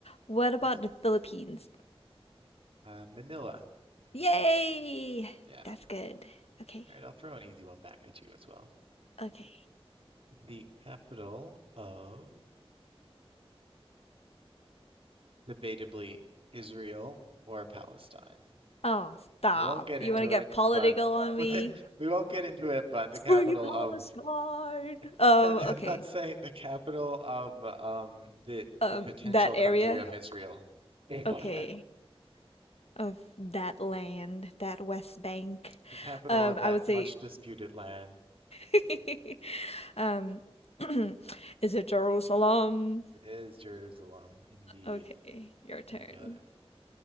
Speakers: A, on the left (about 80°); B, on the right (about 60°).
A: What about
B: Awesome.
A: the Philippines?
B: Uh, Manila, I believe.
A: Yay!
B: Yeah.
A: That's good. Okay.
B: All right, I'll throw an easy one back at you as well.
A: Okay.
B: The capital of debatably Israel or Palestine.
A: Oh, stop.
B: We won't get into
A: You want to get
B: it,
A: political
B: but
A: on me?
B: <laughs> we won't get into it, but the capital
A: Free Palestine.
B: of <laughs>
A: Um, okay.
B: let's say the capital of um the
A: Um,
B: the potential
A: that
B: country
A: area.
B: of Israel. <laughs>
A: Okay. Of that land, that West Bank.
B: The capital
A: Um,
B: of
A: I
B: that
A: would say
B: much disputed land.
A: <laughs> um <clears throat> is it Jerusalem?
B: It is Jerusalem, indeed.
A: Okay, your turn.
B: You got it.